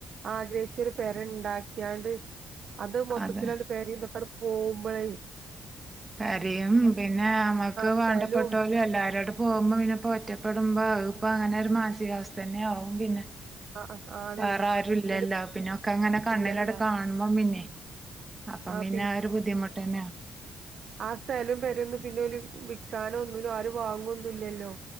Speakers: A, on the right; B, on the right.
A: ആഗ്രഹിച്ചൊരു പെരണ്ടാക്ക്യാണ്ട് അത് മൊത്തത്തിലണ്ട്
B: അതെ
A: പെരിംന്തൊക്കണ്ട് പോകുമ്പളേ
B: പെരിയും പിന്നെ അമ്മക്ക്
A: സ്ഥലും
B: വാണ്ടപ്പെട്ടോ ലും എല്ലാരോടും പോകുമ്പോ പിന്നെ ഇപ്പ ഒറ്റപ്പെടുമ്പോ അതിപ്പങ്ങനൊരു മാൻസികാവസ്ഥന്നെ ആവും പിന്നെ
A: ആഹ് ആണ്
B: വേറെ ആരും ഇല്ലല്ലോ
A: ഇന്നട്ട്
B: പിന്നൊക്കെങ്ങനെ കണ്ണിലട്
A: ഇല്ലല്ല
B: കാണുമ്പം പിന്നെ അപ്പം
A: ആഹ്
B: പിന്നെ അതൊരു ബുദ്ധിമുട്ടന്നെയ
A: ആഹ് സ്ഥലം പെര്യന്നും പിന്നോല് വിക്കാനോന്നിനും ആരും വാങ്ങൊന്നുംല്ലല്ലോ